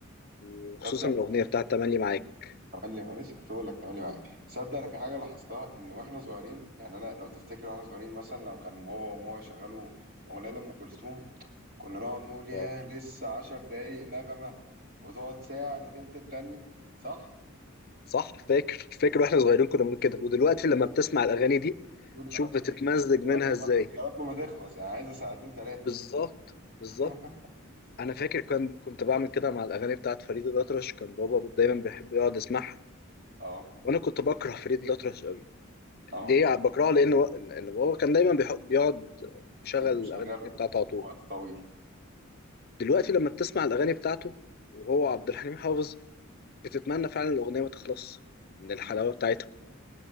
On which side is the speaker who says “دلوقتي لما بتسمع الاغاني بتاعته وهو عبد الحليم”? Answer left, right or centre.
Left